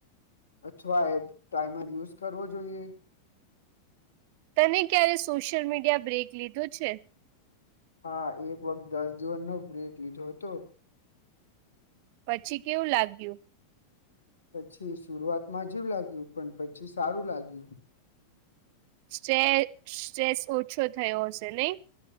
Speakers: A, on the left (about 70°); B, on the right (about 45°).
A: અથવા એ ટાઈમર યુઝ કરવો જોઈએ
B: તને ક્યારે સોશિયલ મીડિયા બ્રેક લીધું છે
A: હા એક વખત દસ દિવસનો બ્રેક લીધો હતો
B: પછી કેવું લાગ્યું
A: પછી શરૂઆતમાં અજીબ લાગ્યું પણ પછી સારું લાગ્યું
B: સ્ટ સ્ટ્રેસ ઓછો થયો હશે નહી